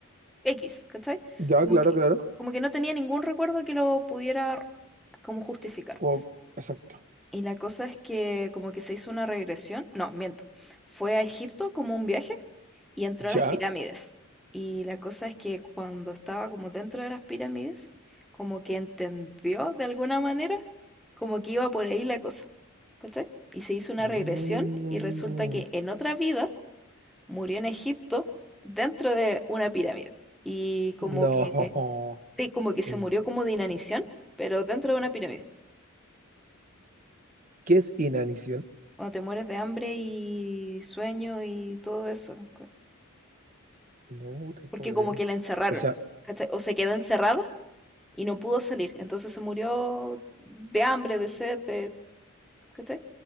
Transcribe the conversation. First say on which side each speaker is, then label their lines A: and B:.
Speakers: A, in the centre; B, on the right.
A: X, ¿cachai?
B: Ya,
A: Como
B: claro,
A: que,
B: claro.
A: como que no tenía ningún recuerdo que lo pudiera como justificar.
B: Como, exacto.
A: Y la cosa es que como que se hizo una regresión, no, miento, fue a Egipto como un viaje y entró
B: ¿Ya?
A: a las pirámides. Y la cosa es que cuando estaba como dentro de las pirámides, como que entendió de alguna manera, como que iba por ahí la cosa. ¿Cachai? Y se hizo una
B: Mm,
A: regresión y resulta que en otra vida murió en Egipto dentro de una pirámide. Y como
B: no.
A: que, sí, como que se
B: Es-
A: murió como de inanición, pero dentro de una pirámide.
B: ¿qué es inanición?
A: Cuando te mueres de hambre y sueño y todo eso. co-
B: No te puedo
A: Porque
B: creer.
A: como que la encerraron,
B: O sea,
A: ¿cachai? O se quedó encerrada y no pudo salir. Entonces se murió de hambre, de sed, de, ¿cachai?